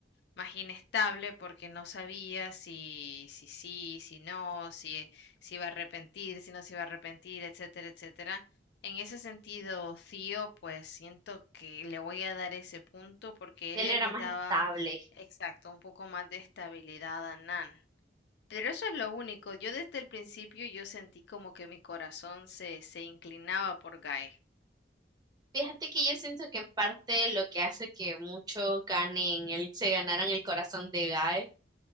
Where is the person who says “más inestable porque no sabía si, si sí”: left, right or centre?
Left